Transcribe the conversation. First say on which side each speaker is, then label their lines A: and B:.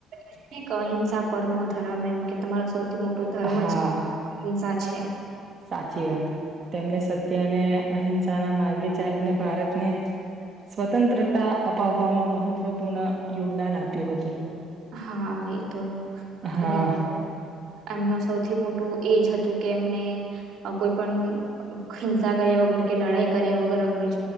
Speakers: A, on the right (about 65°); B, on the right (about 35°).
A: શસ્ુને પરમો ધર્મ એમ કે તમા સૌ સૌથી મોટો ધર્મ
B: હા
A: જ હિંસા છે છે
B: સાચી વાત તેમને સત્ય અને અહિંસાના માર્ગે ચાલીને ભારતને સ્વતંત્રતા અપાવવામાં મહત્વપૂર્ણ યોગદાન આપ્યું હતું
A: હા એ તો
B: હા
A: ખરેખર એમનું સૌથી મોટું એજ હતું કે એમને કોઈ પણ હિંસા કર્યા વગર કે લડાઈ કર્યા વગર અંગ્રેજ